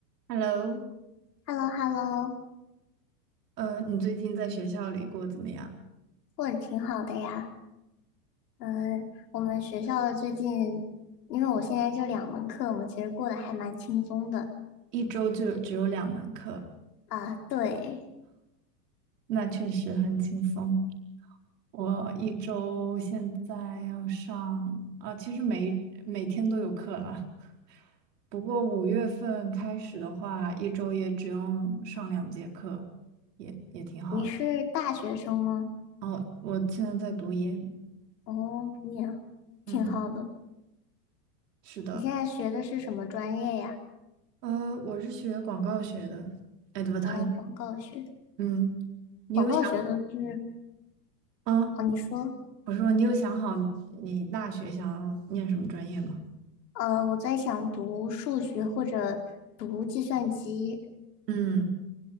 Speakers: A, on the right; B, on the left.
A: Hello，
B: h e l l o h e l l o
A: 呃，你最近在学校里过得怎么样？
B: 过得挺好的呀。嗯，我们学校的最近，因为我现在就两门课嘛，其实过得还蛮轻松的
A: 一周就只有两门课，
B: 啊。对，
A: 那确实很轻松。我一周现在要上，啊，其实每每天都有课啦。不过五月份开始的话，一周也只用上两节课，也也挺好的。
B: 你是大学生吗？
A: 哦，我现在在读研，
B: 哦，读研，
A: 嗯，
B: 挺好的。
A: 是的，
B: 你现在学的是什么专业呀？
A: 呃，我是学广告学的，advertising，
B: 哦，广告学。
A: 嗯，你有想？
B: 广告学的是，
A: 啊
B: 哦，你说，
A: 我说你有想好你你大学想要念什么专业吗？
B: 呃，我在想读数学或者读计算机。
A: 嗯，